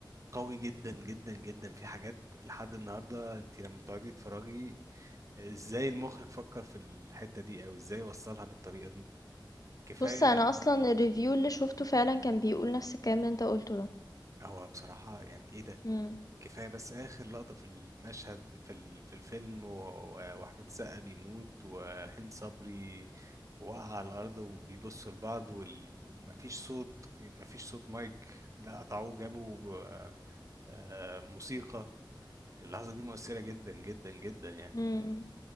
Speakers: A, on the right; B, on the left.
A: قوي جدا جدا جدا في حاجات لحد النهارده انت لما بتقعدي تتفرجي ازاي المخرج فكر في الحتة دي او ازاي وصلها بالطريقة دي كفاية
B: بُص أنا أصلًا الreview اللي شُفته فعلًا كان بيقول نفس الكلام اللي أنت قُلته ده.
A: هو بصراحة يعني ايه ده
B: إمم.
A: كفاية بس آخر لقطة في المشهد في ال- في الفيلم و- و- وأحمد السقا بيموت وهند صبري وقع على الأرض وبيبصوا لبعض وال- ومفيش صوت مفيش صوت مايك لا قطعوه جابوا آه، موسيقى اللحظة دي مؤثرة جدا جدا جدا يعني
B: إمم.